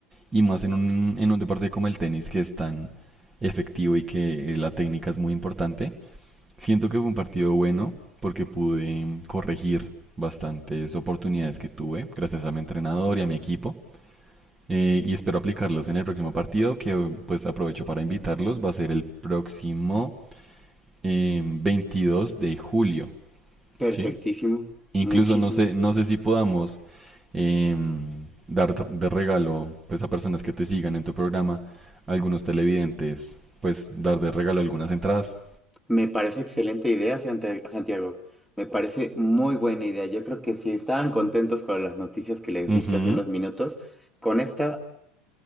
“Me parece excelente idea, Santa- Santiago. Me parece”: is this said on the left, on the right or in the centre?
Centre